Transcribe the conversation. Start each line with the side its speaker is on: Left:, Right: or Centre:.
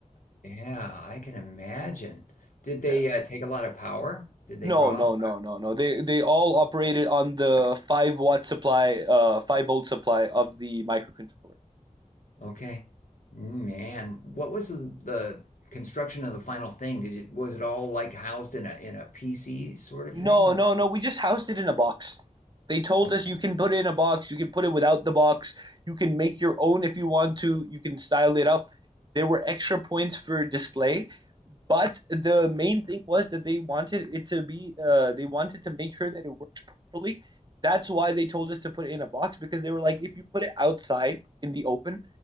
Left: Yeah, I can imagine. Did they
Right: Yeah.
Left: uh, take a lot of power? Did they
Right: No,
Left: draw
Right: no,
Left: a lot?
Right: no, no, no. They they all operated on the 5 watt supply, uh 5 volt supply of the microcontroller.
Left: Okay. Man, what was the, the construction of the final thing? Did it was it all like housed in a in a PC sort of
Right: No,
Left: thing or
Right: no, no. We just housed it in a box. They told
Left: okay.
Right: us you can put it in a box, you can put it without the box, you can make your own if you want to, you can style it up. There were extra points for display, but the main thing was that they wanted it to be, uh, they wanted to make sure that it works properly. That's why they told us to put it in a box because they were like, if you put it outside in the open,